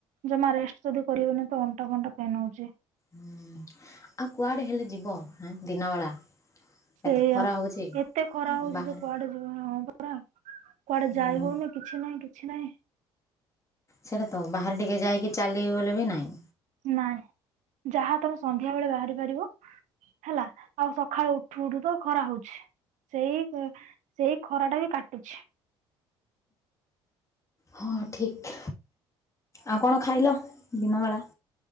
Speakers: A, on the right (about 65°); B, on the left (about 25°).
A: ଜମା ରେଷ୍ଟ ଯଦି କରିହଉନି ତ ଅଣ୍ଟା ଫଣ୍ଟା ପେନ୍ ହଉଚି।
B: ହୁଁ ଆଉ କୁଆଡେ ହେଲେ ଯିବ ହେଁ ଦିନବେଳା?
A: ସେଇଆ
B: ଏତେ ଖରା ହଉଛି।
A: ଏତେ ଖରା ହଉଚି
B: ବାହାରେ
A: ଯେ କୁଆଡେ ହଁ ପରା କୁଆଡେ
B: ହୁଁ
A: ଯାଇ ହଉନି କିଛି ନାଇଁ କିଛି ନାଇଁ।
B: ସେଇଟା ତ ବାହାରେ ଟିକେ ଯାଇକି ଚାଲିବି ବୋଲି ବି ନାଇଁ।
A: ନାଇଁ ଯାହା ତମେ ସନ୍ଧ୍ୟାବେଳେ ବାହାରିପାରିବ। ହେଲା ଆଉ ସଖାଳେ ଉଠୁ ଉଠୁ ତ ଖରା ହଉଛି। ସେଇ ସେଇ ଖରାଟା ବି କାଟୁଛି।
B: ହଁ ଠିକ୍ ଆଉ କଣ ଖାଇଲ ଦିନବେଳା?